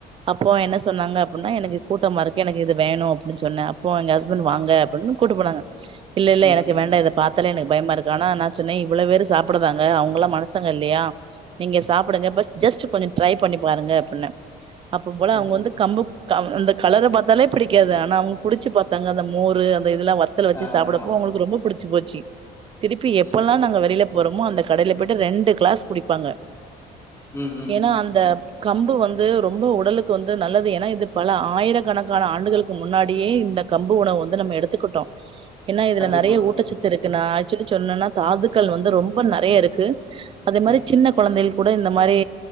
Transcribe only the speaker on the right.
அப்போ என்ன சொன்னாங்க அப்புன்னா எனக்கு கூட்டமாருக்கு எனக்கு இது வேணு‌ அப்டீன்னு சொன்ன அப்போ எங்க ஹஸ்பண்ட் வாங்க அப்புட்னு‌ கூட்டு போனாங்க இல்ல இல்ல
எனக்கு வேண்டா இத பாத் த்துல எனக்கு பயமாருக்கு ஆனா சொன்னே இவ்வளவு பேரு சாப்புடுறாங்க அவங்களா மனசங்க இல்லையா நீங்க சாப்புடுங்க பஸ்ட் ஜஸ்ட் கொஞ்சோ ட்ரை பண்ணி பாருங்க அப்பிட்ன அப்பம்போல
அவுங்க வந்து கம்பு அஹ் அந்த கலர பாத்தாலே பிடிக்காது ஆனா அவங்க குடிச்சு பாத்தாங்க அந்த மோரு அந்த இதுல்லா வா துல வச்சு
சாப்புடப்போ அவங்களுக்கு ரொம்ப புடிச்சு போச்சி திருப்பி எப்பல்லா
நாங்க வெளில போறோமோ அந்த கடையில போயிட்டு ரெண்டு கிளாஸ் குடிப்பாங்க
ஏன்னா அந்த கம்பு வந்து ரொம்ப உடலுக்கு வந்து நல்லது ஏன்னா இது பல ஆயிரக்கணக்கான ஆண்டுகளுக்கு முன்னாடியே இந்த கம்பு உணவு வந்து நம்ம எடுத்துக்கிட்டோ ஏன்ன இதுல
நிறைய ஊட்டச்சத்து இருக் து நா ஆக்சுலி சொல்னுனா தாதுக்கள் வந்து ரொம்ப நறையாருக்கு அது மாரி
சின்ன கொழந்தைகள் கூட இந்த மாரி